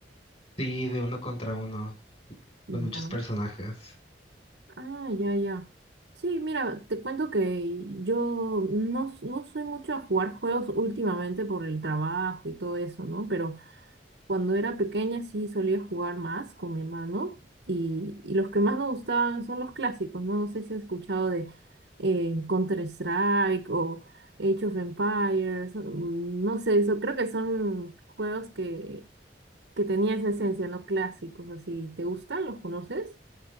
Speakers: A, on the left; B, on the right.
A: Sí, de uno contra uno,
B: Ya.
A: con muchos personajes.
B: Ah, ya, ya. Sí, mira, te cuento que yo no, s- no soy mucho a jugar juegos últimamente por el trabajo y todo eso, ¿no? Pero cuando era pequeña sí solía jugar más con mi hermano y, y los que más nos gustaban son los clásicos, ¿no? No sé si has escuchado de eh, Counter-Strike o Age of Empires, mm, no sé, eso creo que son juegos que, que tenían esa esencia, ¿no? Clásicos, así. ¿Te gustan? ¿Los conoces?